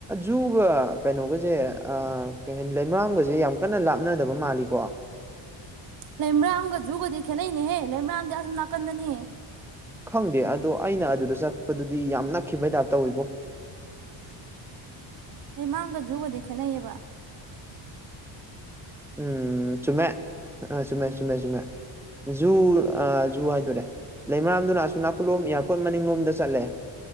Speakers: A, in the centre; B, on the right.
A: ꯖꯨꯒ ꯀꯩꯅꯣꯒꯁꯦ ꯑꯥ ꯀꯩ ꯍꯥꯏꯅꯤ ꯂꯩꯃꯔ꯭ꯔꯥꯝꯒꯁꯦ ꯌꯥꯝ ꯀꯟꯅ ꯂꯥꯞꯅꯗꯕ ꯃꯥꯜꯂꯤꯀꯣ
B: ꯂꯩꯃ꯭ꯔꯥꯒ ꯖꯨꯒꯗꯤ ꯈꯦꯠꯅꯩꯅꯦꯍꯦ ꯂꯩꯃ꯭ꯔꯥꯗꯤ ꯑꯁꯨꯝ ꯅꯥꯀꯟꯗꯅꯤ
A: ꯈꯪꯗꯦ ꯑꯗꯣ ꯑꯩꯅ ꯑꯗꯨꯗ ꯆꯠꯄꯗꯨꯗꯤ ꯌꯥꯝ ꯅꯛꯈꯤꯕꯩ ꯇꯥꯏꯞ ꯇꯧꯋꯕꯣ
B: ꯂꯩꯃꯔꯝꯒ ꯖꯨꯒꯗꯤ ꯈꯦꯠꯅꯩꯌꯦꯕ
A: ꯎꯝ ꯆꯨꯝꯃꯦ ꯑ ꯆꯨꯝꯃꯦ ꯆꯨꯝꯃꯦ ꯆꯨꯝꯃꯦ ꯖꯨ ꯑ ꯖꯨ ꯍꯥꯏꯗꯣꯔꯦ ꯂꯩꯃꯔꯥꯝꯗꯨꯅ ꯑꯁꯨ ꯅꯥꯀꯜꯂꯣꯝ ꯏꯌꯥꯔꯄꯣꯔꯠ ꯃꯅꯤꯡꯂꯣꯝꯗ ꯆꯠꯂꯦ